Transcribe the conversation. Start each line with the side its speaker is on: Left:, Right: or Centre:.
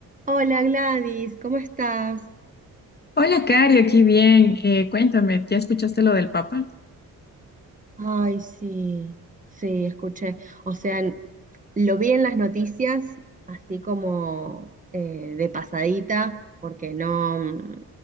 Right: Hola Gladys, ¿cómo estás?
Left: Hola, Cari, aquí bien. Eh, cuéntame, ¿ya escuchaste lo del Papa?
Right: Ay, sí, sí, escuché. O sea, n- lo vi en las noticias, así como eh, de pasadita, porque no, mm,